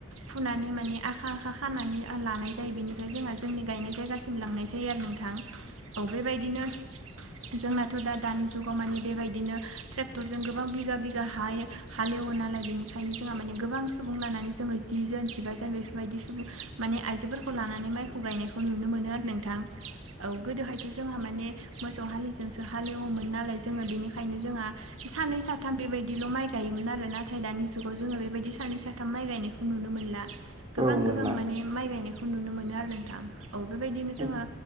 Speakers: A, on the right; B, on the right.
A: फुनानै माने आखा आखा खानानै लानाय जायो बेनिफ्राय जोंहा जोंनि गायनाय जायगासिम लांनाय जायो थै आरो नोंथां औ बेबायदिनो जोंनाथ' दा दानि जुगाव मानि बेबायदिनो ट्रेक्टरजों गोबां बिगा बिगा हा हालेवो नालाय बेनिखायनो जोंहा माने गोबां सुबुं लानानै जोङो जि जोन जिबाजोन बेफोर बायदि सुब माने आइजोफोरखौ लानानै माइखौ गायनायखौ नुनो मोनो आरो नों थां औ गोदोहायथ' जोंहा माने मोसौ हालिजोंसो हालेवोमोन नालाय जोङो बेनिखायनो जोंहा सानै साथाम साथाम बेबायदिल' माइ गायोमोन आरो नाथाय दानि जुगाव जोङो बेबायदि सानै साथाम माइ गायनायखौ नुनो मोनला गोबां
B: औ मोनला
A: गोबां माने माइ गायनायखौ नुनो मोनो आरो नोंथां औ बेबायदिनो जोङो
B: औ